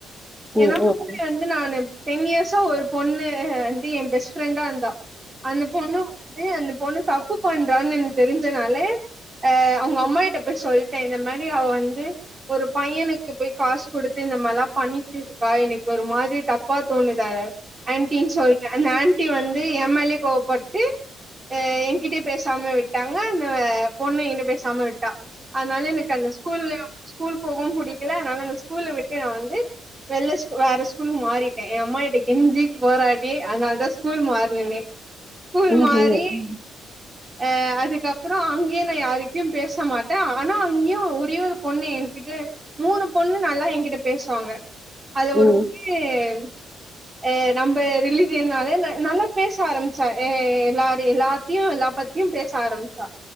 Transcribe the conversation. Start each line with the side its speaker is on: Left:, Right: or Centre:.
Centre: ம்
Right: ஏன்னா
Centre: ம் ம் ம்
Right: முன்னாடி வந்து நானு டென் இயர்சா ஒரு பொண்ணு வந்து என் பெஸ்ட் ஃப்ரெண்டா இருந்தா அந்த பொண்ணு வந்து அந்தப் பொண்ணு தப்பு பண்றான்னு எனக்கு தெரிஞ்சனாலே அ அவ்ங்க அம்மாகிட்ட போய் சொல்ட இந்த மாறி அவ வந்து ஒரு பையனுக்கு போய் காசு கொடுத்து இந்த மாறிலா பண்ணிட்டு இருக்கா எனக்கு ஒரு மாரி தப்பா தோணுத ஆன்டின்னு சொல்ட்டே அந்த ஆன் ட்டி வந்து ஏ மேலயே கோவபட்டு அ எங்கிட்டயே பேசாம விட்டாங்க அந்த பொண்ணு என்ட பேசாம விட்டா அதனால எனக்கு அந்த ஸ்கூல்லயா ஸ்கூல் போவும் பிடிக்கல அதனால அந்த ஸ்கூல்ல விட்டு நா வந்து வெள்ல ஸ்கூல் வேற ஸ்கூல் மாறிட்டே எ அம்மாகிட்ட கெஞ்சி போராடி அதனால தா ஸ்கூல் மாருனனே ஸ்கூல்
Centre: ம் ம்
Right: மாறி
Centre: ம்
Right: அ அதுக்கப்பரோ அங் நீ என்ன யாருயிட்டயு பேச மாட்ட ஆனா அங்கியும் ஒரே ஒரு பொண்ணு என்கிட்ட மூணு பொண்ணு நல்லா என்கிட்ட பேசுவாங்க அது
Centre: ம்
Right: ஒரு <inaudible> ஏ நம்ம ரிலீஜினாலே ந நல்லா பேச ஆரம் சா எ எல்லார எல்லாத்தியு எல்லா பத்தியும் பேச ஆரம்மிச்சா